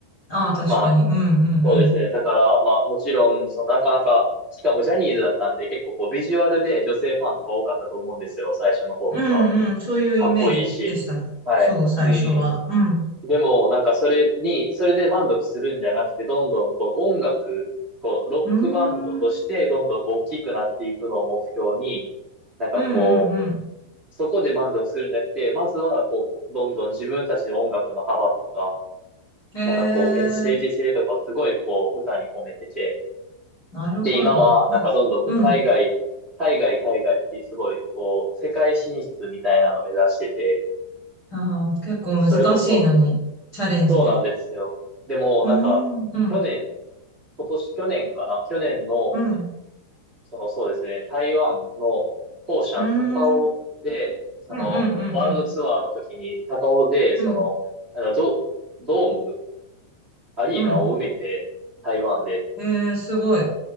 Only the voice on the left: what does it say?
ああ、確かに。
うんうんうん。
うんうん。そういうイメージでした。
そう、最初は。
うん。
うーん。
うんうん
うん。へ
え、
なるほど。
あ、うん。
あー結構難しいのに、
チャレンジで。
うーん、
うん、
うん、
うーん、
うん、
うん、う
ん、
うん、うん。
うん
えー、すごい。